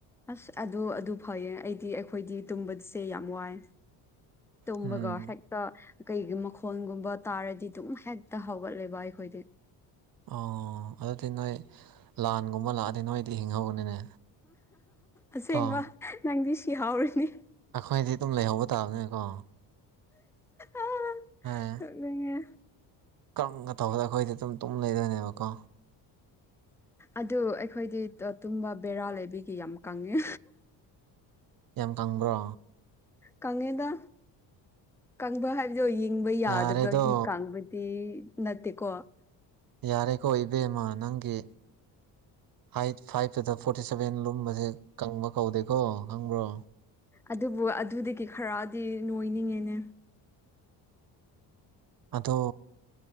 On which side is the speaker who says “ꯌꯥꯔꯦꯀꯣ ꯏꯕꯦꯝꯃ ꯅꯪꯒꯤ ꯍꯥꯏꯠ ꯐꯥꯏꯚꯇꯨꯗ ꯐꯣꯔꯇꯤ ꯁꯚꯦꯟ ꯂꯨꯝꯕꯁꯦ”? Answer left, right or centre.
Right